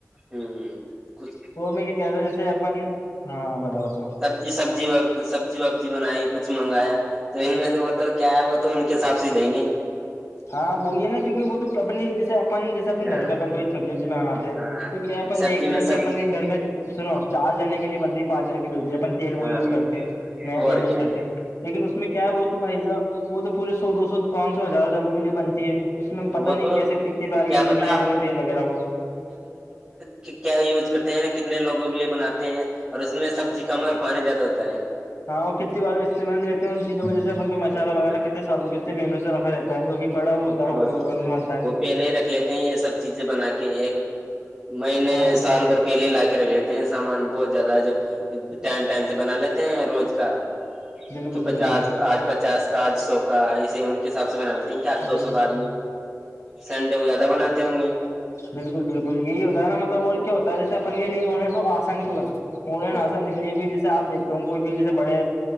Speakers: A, on the right; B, on the left.
A: ہوں کچھ
B: وہ میں کیا کیا تھا جیسے اپن ہاں بتا تو
A: جی سبزی سبزی وبزی بنائی کچھ منگایا تو ان میں سے وہ تو کیا ہے وہ تو ان کے حساب سے دیں گے
B: ہاں وہی ہے نا کیونکہ وہ تو اپنی جیسے اپن جیسے اپنے
A: ہاں
B: گھر پہ کوئی سبزی وبزی منگاتے ہیں
A: ہاں
B: تو کیا اپن
A: سبزی
B: دیکھتے
A: میں
B: ہیں کہ
A: سبزی
B: اپن کے گھر میں سنو چار جنے کے لیے بندی پانچ جنے کی ملتی ہے اپن تیل وہ
A: ہاں
B: یوز کرتے ہیں نیا
A: اور
B: تیل یوز
A: کیا
B: کرتے ہیں لیکن اس میں کیا ہے وہ تو بھائی س وہ تو پورے سو دو سو پانچ سو ہزار جنوں کے لیے بن اس میں پتا
A: وہ
B: نہیں
A: تو
B: کیسے کتنی بار میں
A: کیا
B: یز
A: پتا
B: میں لے
A: آپ
B: لوں گے تیل وغیرہ کو
A: کہ کیا یوز کرتے ہیں کتنے لوگوں کے لیے بناتے ہیں اور اس میں سبزی کا پانی زیادہ ہوتا ہے
B: ہاں وہ کتنے بار اسعمل میںلتے ہیں ان چیزوں میں جیسےن کو
A: ہ
B: مسالہ وغیرہ کتنے سالوں کتنے مہینوں سے رکھا رہتا ہے کیونک بڑا وہ ہے ہوٹل
A: اور
B: وغیرہ
A: کیا ہے
B: میں بنتا
A: وہ پہلے رکھ لیتے ہیں یہ سب چیزیں بنا کے ایک مہینے
B: ہے ہاں
A: سال بھر پہلے لا کے رکھ لیتے ہیں سامان بہت زیادہ جو ٹائم ٹائم سے بنا لیتے ہیں روز کا
B: بالکل
A: کہ پچاس
B: بالکل
A: کا آج پچاس کا آج سو کا ایے ان کے حساب سے بنا لیتے ہیں کہ آج دو
B: جی
A: سو کا آج سنڈے کو زیادہ بناتے ہوں گے
B: بالکل بالکل یہی ہوتا ہے نا مطلب اور کیا ہوتا ہے جیسے اپن کے لیے انہیں تو آسان کیوں ہے ان
A: ہاں
B: نا آسان اس لیے بھی جیسے آپ دیکھتے ہو کوئی بھی جیسے بڑے